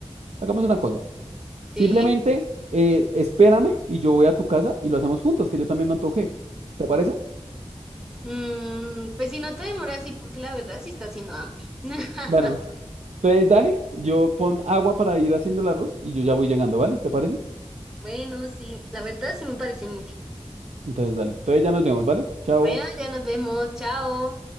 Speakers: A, on the right; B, in the centre.
A: Hagamos una cosa.
B: Sí.
A: Simplemente eh, espérame y yo voy a tu casa y lo hacemos juntos, que yo también me antojé. ¿Te parece?
B: Mm, pues si no te demoras, sí, porque la verdad sí está haciendo hambre. <laughs>
A: Bueno, <laughs> entonces dale, yo pon agua para ir haciendo el arroz y yo ya voy llegando, ¿vale? ¿Te parece?
B: Bueno, sí, la verdad sí me parece mucho.
A: Entonces, dale. Entonces ya nos vemos, ¿vale? Chao.
B: Bueno, ya nos vemos, chao.